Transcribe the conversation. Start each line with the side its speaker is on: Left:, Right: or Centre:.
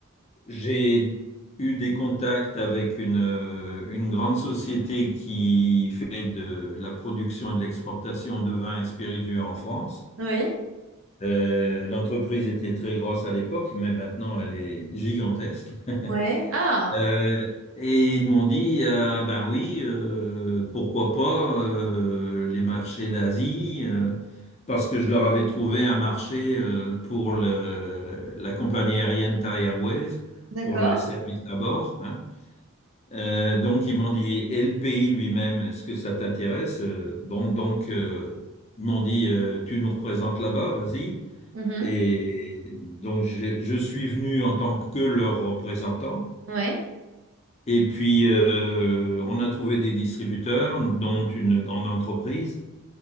Left: j'ai eu des contacts avec une, euh, une grande société qui fait de la production et de l'exportation de vins et spiritueux en France.
Right: Oui,
Left: Euh, l'entreprise était très grosse à l'époque, mais maintenant elle est gigantesque. <laughs>
Right: ouais. Ah,
Left: Euh, et ils m'ont dit, ah ben oui, euh, pourquoi pas euh, les marchés d'Asie, euh, parce que je leur avais trouvé un marché euh, pour le- la compagnie aérienne Thai Airways,
Right: d'accord.
Left: pour le service à bord, hein. Euh, donc ils m'ont dit, et le pays lui-même, est-ce que ça t'intéresse? Euh, Bon, donc euh, ils m'ont dit, euh, tu nous représentes là-bas, vas-y.
Right: Mhm.
Left: Et donc, je, je suis venu en tant que leur représentant.
Right: Ouais,
Left: Et puis, euh, on a trouvé des distributeurs, dont une grande entreprise.